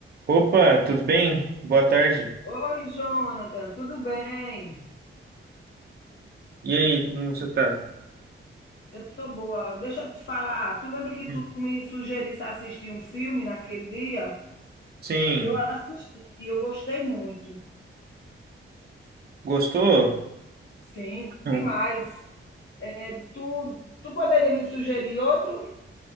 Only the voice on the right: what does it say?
Opa, tudo bem? Boa tarde.
E aí, como você tá?
Hum.
Sim,
gostou?
Hum,